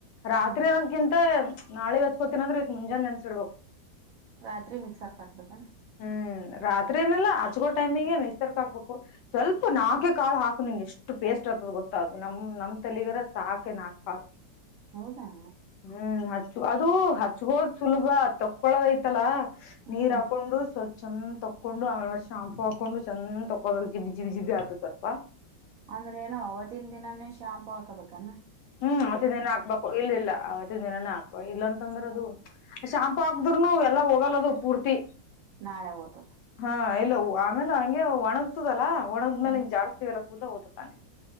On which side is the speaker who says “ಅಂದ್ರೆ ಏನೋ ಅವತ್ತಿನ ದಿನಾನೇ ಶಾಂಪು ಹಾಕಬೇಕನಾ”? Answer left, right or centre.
Right